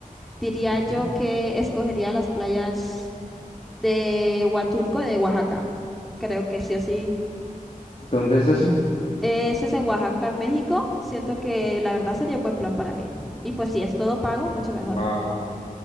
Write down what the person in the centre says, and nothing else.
diría
yo que escogería las playas de Huatulco, de Oaxaca. Creo que sí o sí.
Ese es en Oaxaca, en México. Siento que la verdad sería un buen plan para mí. Y pues si es todo pago, mucho mejor.